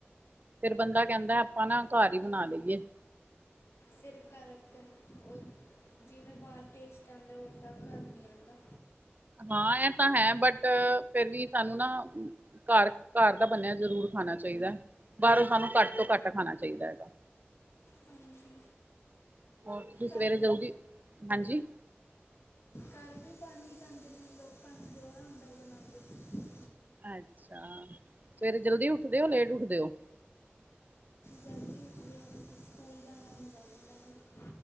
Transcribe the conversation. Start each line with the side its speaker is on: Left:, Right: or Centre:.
Right: ਫੇਰ ਬੰਦਾ ਕੈਂਦਾ ਆਪਾਂ ਨਾ ਘਰ ਈ ਬਨਾ ਲਈਏ।
Left: ਫਿਰ ਘਰ ਕ ਓ ਜਿਵੇਂ ਬਾਰ ਟੇਸਟ ਆਂਦਾ ਓਦਾਂ ਘਰ ਨੀ ਆਂਦਾ।
Right: ਹਾਂ ਐਹ ਤਾਂ ਹੈ ਬਟ ਫੇਰ ਵੀ ਸਾਨੂੰ ਨਾ ਘਰ, ਘਰ ਦਾ ਬਨਿਆ ਜ਼ਰੂਰ ਖਾਣਾ ਚਾਹੀਦਾ। ਬਾਹਰੋਂ ਸਾਨੂੰ ਘੱਟ ਤੋਂ ਘੱਟ ਖਾਣਾ ਚਾਹੀਦਾ ਹੈਗਾ।
Left: ਹਾਂਜੀ
Right: ਹੋਰ ਤੁਸੀਂ ਸਵੇਰੇ
Left: ਘਰ ਵੀ
Right: ਜਲਦੀ ਹਾਂਜੀ?
Left: ਘਰ ਵੀ ਬਣ ਈ ਜਾਂਦੇ ਨੇ ਲੋਕਾਂ ਨੂੰ ਦੋਹਰਾ ਹੁੰਦਾ ਬਣਾਉਂਦੇ।
Right: ਅੱਛਾ, ਸਵੇਰੇ ਜਲਦੀ ਉੱਠਦੇ ਹੋ ਲੇਟ ਉੱਠਦੇ ਹੋ?
Left: ਜਲਦੀ ਉੱਠਦੇ ਆ ਕਿਉਂਕਿ ਸਕੂਲ ਜਾਣਾ ਹੁੰਦਾ ਇਹਨਾਂ ਨੂੰ।